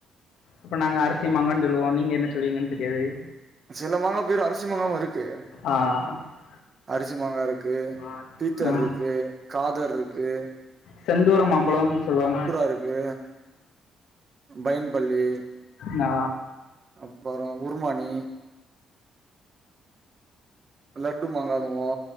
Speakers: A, on the left; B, on the right.
A: அப்ப நாங்க அரிசிமாங்கன் சொல்லுவோம் நீங்க என்ன சொல்லுவீங்கன்னு தெரியாது
B: சில மாங்கா பேரும் அரிசி மாங்காவும் இருக்கு
A: ஆ அது
B: அரிசி மாங்கா இருக்கு
A: ஆ.
B: பீத்தர்ருக்கு காதர்ருக்கு
A: செந்தூரம் மாம்பழம் சொல்லுவாங்க
B: இருக்கு பைன்பள்ளி
A: நா
B: அப்பறோ உருமானி லட்டு மாங்கானுவோ